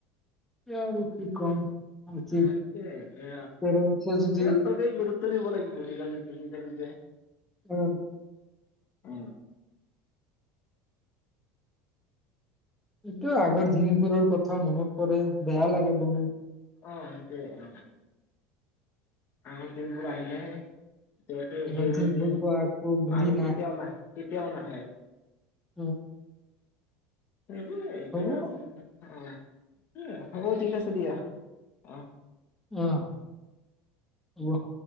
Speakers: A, in the centre; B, on the left.
A: এতিয়া আৰু কি কম। আজি
B: এতিয়া এতিয়া
A: পেৰেণ্টছে যদি
B: এয়া সবেই গুৰু, দিব লাগিব নিজা নিজে নিজে নিজে
A: উ!
B: উ!
A: এইটো আগৰ দিনবোৰৰ কথা মনত পৰে বেয়া লাগে বহুত,
B: অ এইটোয়ে অ' আগৰ দিনবোৰ আহিলেহে এতেটো
A: আগৰ
B: হেইবোৰ
A: দিনবোৰতো
B: দিন
A: আকৌ ঘূৰি
B: আৰু কেতিয়াও নাহে কে? কিয় নাহে,
A: উম!
B: সেইবোৰেই এতিয়া
A: হ'ব
B: আছিল ত অ' হ'ব ঠিক আছে দিয়া। অ'
A: উম <unintelligible>